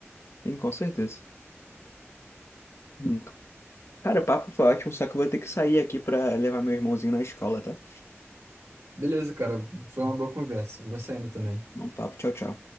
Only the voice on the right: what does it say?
Beleza, cara. Foi uma boa conversa. Eu vou saindo também.